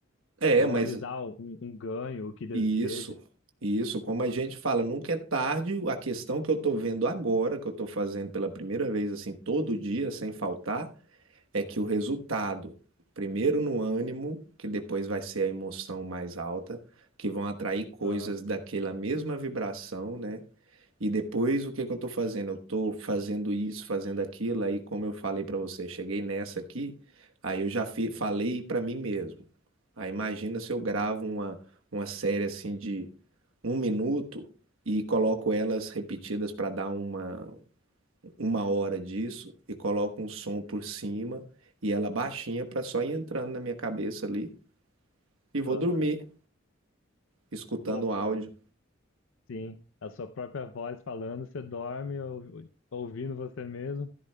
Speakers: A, on the right (about 85°); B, on the left (about 65°).
A: É,
B: Visualizar
A: mas
B: um, um ganho, o que deseja.
A: isso, isso, como a gente fala, nunca é tarde. A questão que eu estou vendo agora, que eu estou fazendo pela primeira vez, assim, todo dia, sem faltar, é que o resultado, primeiro no ânimo, que depois vai ser a emoção mais alta, que vão atrair coisas
B: Aham,
A: daquela mesma vibração, né? E depois o que que eu estou fazendo? Eu estou fazendo isso, fazendo aquilo, aí como eu falei para você, cheguei nessa aqui, aí eu já fi- falei para mim mesmo. Aí imagina se eu gravo uma, uma série assim de um minuto e coloco elas repetidas para dar uma, uma hora disso e coloco um som por cima e ela baixinha para só ir entrando na minha cabeça ali e vou
B: aham.
A: dormir escutando
B: Bom,
A: o áudio.
B: sim, a sua própria voz falando, você dorme ou- ouvindo você mesmo.